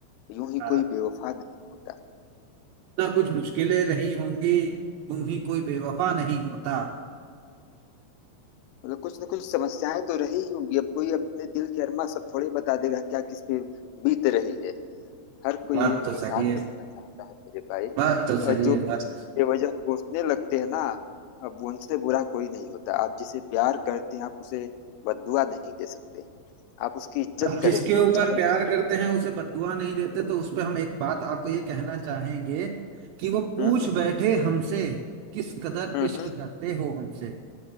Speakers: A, on the left; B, on the right.
A: यूं ही
B: हाँ।
A: कोई बेवफा नहीं होता।
B: ना कुछ मुश्किलें रही होंगी तुम ही कोई बेवफा नहीं होता
A: मतलब कुछ न कुछ समस्याएं तो रही ही होंगी अब कोई अपने दिल की अरमा सब थोड़े बता देगा क्या किस पे बीत रही है हर कोई
B: बात
A: ये
B: तो
A: तो
B: सही
A: साथ
B: है
A: रहना चाहता है मेरे भाई
B: बात तो सही
A: और जो
B: है बात
A: बेवजह कोसने लगते हैं ना अब उनसे बुरा कोई नहीं होता आप जिसे प्यार करते हैं आप उसे बददुआ नहीं दे सकते आप उसकी इज्जत
B: अब जिसके
A: करेंगे वो
B: ऊपर
A: चाहे
B: प्यार
A: जैसा है।
B: करते हैं उसे बददुआ नहीं देते तो उस पे हम एक बात आपको ये कहना चाहेंगे कि वो पूछ
A: हम्म
B: बैठे हमसे किस कदर
A: हम्म
B: इश्क
A: हम्म
B: करते हो हमसे